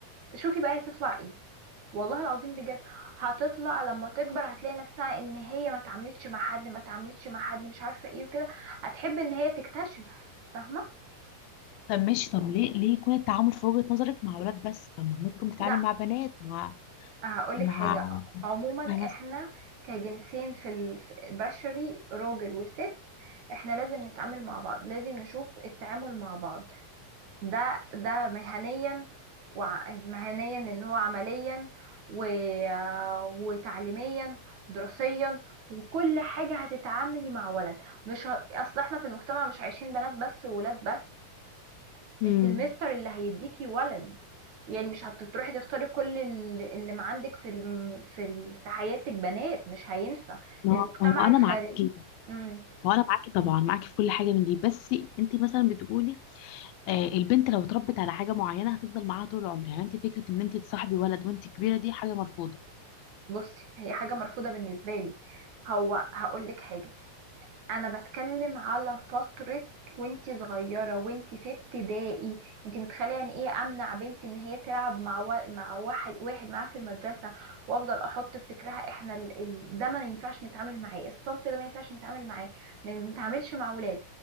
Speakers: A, on the right (about 60°); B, on the left (about 85°).
A: شوفي بقى هتطلع ايه والله العظيم بجد هتطلع لما تكبر هتلاقي نفسها ان هي ما اتعاملتش مع حد ما اتعاملتش مع حد مش عارفه ايه وكده هتحب ان هي تكتشف فاهمه
B: طب ماشي طب ليه ليه يكون التعامل في وجهة نظرك مع ولاد بس طب ما ممكن تتعامل
A: لا
B: مع بنات مع
A: هقولك
B: مع
A: حاجه
B: بنتها
A: عموما
B: مثلا
A: احنا كجنسين في البشري راجل وست احنا لازم نتعامل مع بعض لازم نشوف التعامل مع بعض ده ده مهنيا وع- مهنيا اللي هو عمليا و... وتعليميا ودراسيا وكل حاجة هتتعاملي مع ولد مش ه... اصل احنا في المجتمع مش عايشين بنات بس وولاد بس
B: امم
A: انت المستر اللي هيديكي ولد يعني مش هتروحي تختاري كل ال- اللي ما عندك في الم... في ال... في حياتك بنات مش هينفع
B: ما
A: المجتمع
B: هو ما هو انا
A: الخارجي
B: معاكي
A: امم
B: ما هو انا معاكي طبعا معاكي في كل حاجه من دي بس انت مثلا بتقولي آه البنت لو اتربت على حاجه معينه هتفضل معاها طول العمر يعني انت فكره ان انت تصاحبي ولد وانت كبيره دي حاجه مرفوضه
A: بصي هي حاجة مرفوضة بالنسبة لي هو هقول لك حاجة انا بتكلم على فترة وانتي صغيرة وانتي في ابتدائي انتي متخيلة يعني ايه امنع بنتي ان هي تلعب مع و... مع واحد واحد معاها في المدرسة وافضل احط في فكرها احنا ال... ال... ده ما ينفعش نتعامل معاه الصنف ده ما ينفعش نتعامل معاه ما نتعاملش مع ولاد